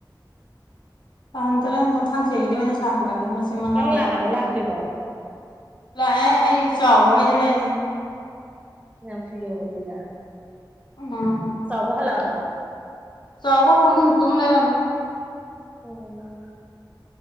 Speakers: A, on the left; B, on the right.
A: ꯇꯥꯍꯟꯗꯔꯦ ꯃꯊꯥꯡꯁꯦꯩꯗ ꯑꯣꯏꯅ ꯁꯥꯍꯜꯂꯒꯦ ꯃꯆꯤꯟ ꯃꯅꯥꯎ
B: ꯅꯪꯪꯂꯥꯛꯑꯕꯣ
A: ꯑꯃ
B: ꯂꯥꯛꯇꯣꯏꯔꯤꯕ
A: ꯂꯥꯛꯑꯦ ꯑꯩ ꯆꯥꯎꯕꯩꯗ ꯂꯩꯔꯦ
B: ꯌꯥꯝ ꯊꯨ ꯌꯧꯔꯕꯝꯃꯤꯗ
A: ꯎꯝ
B: ꯆꯥꯎꯕ ꯍꯜꯂꯛꯑꯕ
A: ꯆꯥꯎꯕ ꯐꯪꯗꯅꯤ ꯇꯝ ꯂꯩꯔꯅꯤ
B: ꯑꯣ